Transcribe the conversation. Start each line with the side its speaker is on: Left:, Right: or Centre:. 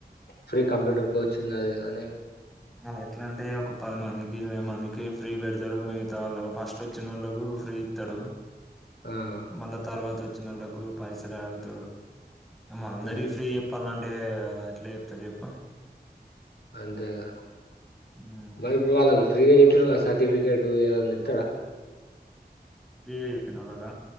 Left: ఫ్రీ కంప్యూటర్ కోచింగ్ అది అని
Centre: అ ఎట్లాంటే ఒక పది మందికి ఇరవై మందికి ఫ్రీ పెడతాడు మిగతా వాళ్ళ ఫస్ట్ వచ్చిన వాళ్ళలకు ఫ్రీ ఇత్తడు
Left: ఆ
Centre: మళ తర్వాత వొచ్ వొచ్చినల్లకు పైసలే అడుగుతడు. మల్లందరికీ
Left: ఉమ్
Centre: ఫ్రీ చెప్పాలంటే టే ఎట్ల చెప్తడు చెప్పు
Left: అంతే గా
Centre: మ్మ్.
Left: బరి ఇప్పుడు వాళ్ళకి ఫ్రీగా చెప్తున్నారు వాళ్ సర్టిఫికెట్ టు ఏదనిత్తాడా
Centre: ఫ్రీ గా చెప్పినోళ్ళక